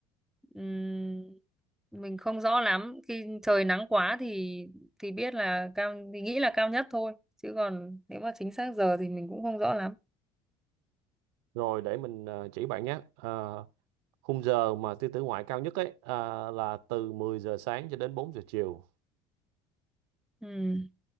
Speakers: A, in the centre; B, on the right.
A: Ừm, mình không rõ lắm khi trời nắng quá thì thì biết là cao thì nghĩ là cao nhất thôi chứ còn nếu mà chính xác giờ thì mình cũng không rõ lắm
B: rồi để mình ờ, chỉ bạn nhé Ờ, khung giờ mà tia tử ngoại cao nhất ấy à, là từ 10 giờ sáng cho đến 4 giờ chiều
A: Ừm,